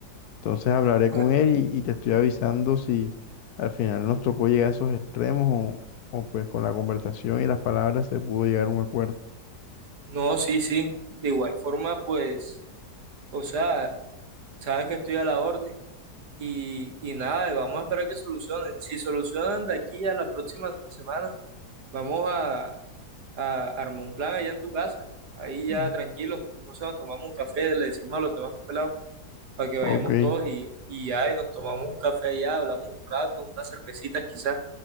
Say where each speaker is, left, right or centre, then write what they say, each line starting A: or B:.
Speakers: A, on the left (about 70°); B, on the right (about 75°).
A: Entonces hablaré
B: No,
A: con él y, y te estoy avisando si al final nos tocó llegar a esos extremos o, o pues con la conversación y las palabras se pudo llegar a un acuerdo.
B: No, sí, sí. De igual forma, pues, o sea, sabes que estoy a la orden y, y nada, vamos a esperar que solucionen. Si solucionan de aquí a la próxima semana, vamos a, a armar un plan allá en tu casa. Ahí ya
A: Mm.
B: tranquilos, no sé, nos tomamos un café, le decimos a los demás pelados. para que vayamos
A: Ok,
B: todos y, y ya, y nos tomamos un café allá, hablamos un rato, unas cervecitas quizás,